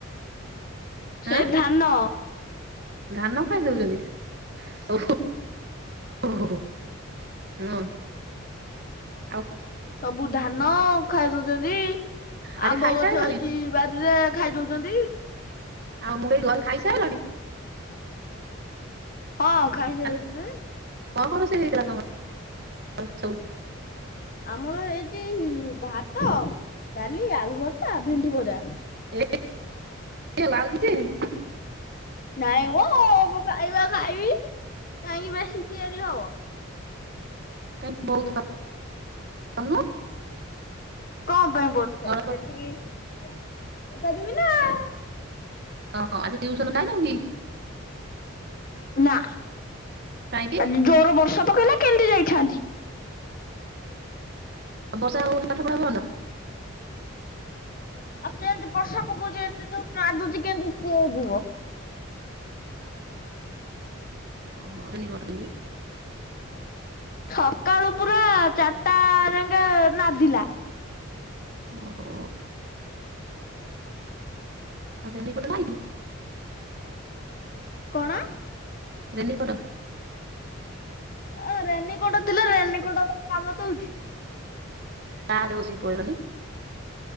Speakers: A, on the left; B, on the right.
A: ସେ
B: ଆଁ
A: ଧାନ
B: ଧାନ ଖାଇଦଉଛନ୍ତି? ଓହୋ ହଁ ଆଉ <unintelligible>
A: ସବୁ ଧାନ ଖାଇଦଉଛନ୍ତି।
B: ଆଜି
A: ଆମ୍ବ
B: ଖାଇସାରିଲଣି
A: ଗଛ ହେଇଚି ବାରିରେ ଖାଇ ଦଉଚନ୍ତି।
B: ଆଉ <inaudible> <inaudible> <inaudible>
A: ହଁ, ଖାଇସାଇଲିଣି।
B: ହେଲା <inaudible> <inaudible> <inaudible> <inaudible> <inaudible>
A: ଆମର ହେଇଚି ଭାତ, ଡାଲି, ଆଳୁ ଭର୍ତା, ଭେଣ୍ଡି ଭଜା।
B: ଏତିକି ହେଲା, ଆଉ କିଛି ହେଇନି?
A: ନାଇଁ ମ, ମୁଁ ଖାଇବା ଖାଇବି କାହିଁକି ବେଶୀ ତିଆରି ହବ?
B: <inaudible>
A: କଁ ପାଇଁ ବହୁତ୍ ଖାଇବି,
B: ଅଳପ
A: ଯେତିକି--କରିପାରିବିନା ଆଉ।
B: ହଁ, ହଁ ଆଜି ଟିଉସନ ଯାଇନୁକି?
A: ନା,
B: କାହିଁକି
A: ଆଜି ଜୋରୋ ବର୍ଷା ପକେଇଲା କେନ୍ତି ଯାଇଥାନ୍ତି?
B: ବର୍ଷା ହବ ବୋଲି, ପାଠ ପଢା ବନ୍ଦ?
A: ଆଉ କେନ୍ତି ବର୍ଷା ପକୋଉଚି ଏତେ ଜୋର୍ ନାଦୁଛି କେମିତି କିଏ ଯିବ?
B: ଓହୋ, ରେନିକୋଟ ପିନ୍ଧିକି।
A: ସକାଳୁ ପୁରା ଚାର୍ଟା ଯାଂକେ ନାଦିଲା।
B: ଓହୋ। ଆଁ ରେନିକୋଟ ନାହିଁ କି?
A: କଣ?
B: ରେନିକୋଟ?
A: ଆ ରେନି କୋଟୋ ଥିଲେ, ରେନି କୋଟୋ କାମ ଦଉଚି?
B: କାର ରେ ବସିକି ପଳେଇଲନି?